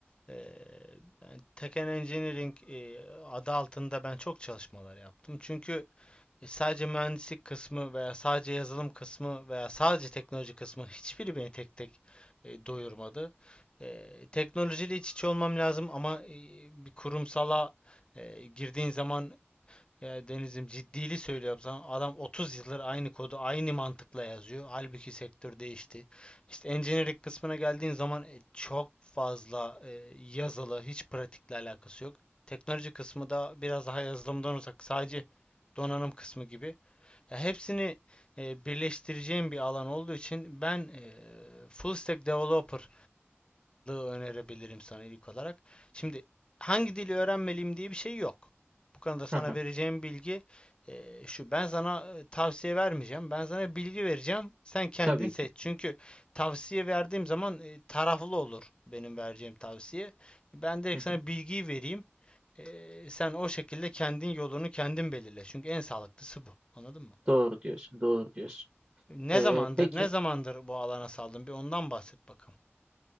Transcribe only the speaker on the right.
<laughs>
Tabii
ki.
<laughs>
Doğru diyorsun, doğru diyorsun.
Ee,
peki